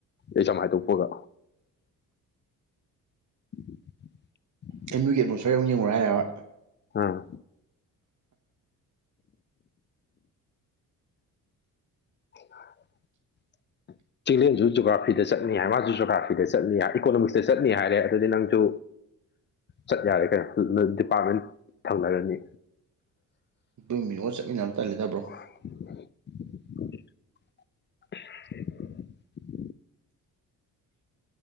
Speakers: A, on the left; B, on the right.
A: ꯑꯦꯛꯖꯥꯝ ꯍꯥꯏꯗꯣꯛꯄꯒ <unintelligible>
B: ꯑꯦꯝ ꯌꯨꯒꯤ ꯑꯦꯠꯃ‌ꯣꯁꯐꯤꯌꯥꯔ ꯑꯃꯨꯛ ꯌꯦꯡꯉꯨꯔ‌ꯣ ꯍꯥꯏꯔꯕ
A: ꯑꯥ <unintelligible> ꯆꯤꯡꯂ‌ꯦꯟꯁꯨ ꯖ‌ꯣꯒ꯭ꯔꯥꯐꯤꯗ ꯆꯠꯅꯤ ꯍꯥꯏ ꯃꯥꯁꯨ ꯖꯣꯒ꯭ꯔꯥꯐꯤꯗ ꯆꯠꯅꯤ ꯏꯀꯣꯅꯣꯃꯤꯛꯁꯇ ꯆꯠꯅꯤ ꯍꯥꯏꯔꯦ ꯑꯗꯨꯗꯤ ꯅꯪꯁꯨ ꯆꯠ ꯌꯥꯔꯦ ꯀꯩꯅꯣ ꯅ ꯗꯤꯄꯥꯔꯠꯃꯦꯟ ꯊꯪꯅꯔꯅꯤ
B: ꯔ‌ꯣꯃꯤꯌ‌ꯣ ꯆꯠꯃꯤꯟꯅꯕ ꯇꯜꯂꯤꯗ ꯕ꯭ꯔꯣ
A: <unintelligible>